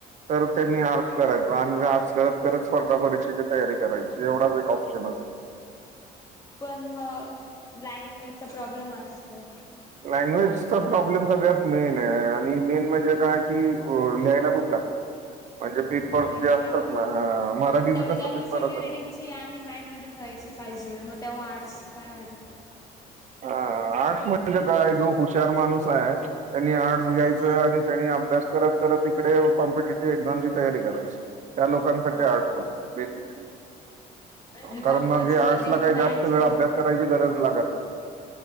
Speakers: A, on the right; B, on the left.
A: तर त्यांनी आर्टस करायचा आणि आर्टस करत करत स्पर्धा परीक्षेची तयारी करायची. एवढाच एक ऑप्शन असतो.
B: म लँग्वेजचा प्रॉब्लम असतो.
A: लँग्वेजचा प्रॉब्लेम सगळ्यात मेनए आणि मेन म्हणजे काय की अ लिहायला खूप लागतं. <unintelligible> पेपर्स
B: लेहायला
A: जे असतात
B: पण
A: ना हां, मराठीचं
B: तेवढी
A: कसं
B: कॅपसिटी
A: पेपर असतात
B: रिडिंगची आणि माइंड मध्ये ठेवायची. पाहिजे मग तेव्हा आर्टस काय वाट
A: हा आर्ट्स म्हणजे काय जो हुशार माणूस आहे त्यांनी आर्टस घ्यायचं आणि त्यानी अभ्यास करत करत इकडे कॉम्पिटेटिव्ह एक्झामची तयारी करायची. त्या लोकांसाठी
B: हा
A: आर्ट्स बेसिक
B: आणि
A: कारण
B: कॉमर्समध्ये
A: मग हे आर्ट्सला काही
B: मॅथ्स
A: जास्त वेळ
B: खूप
A: अभ्यास करायची गरज लागत नाही.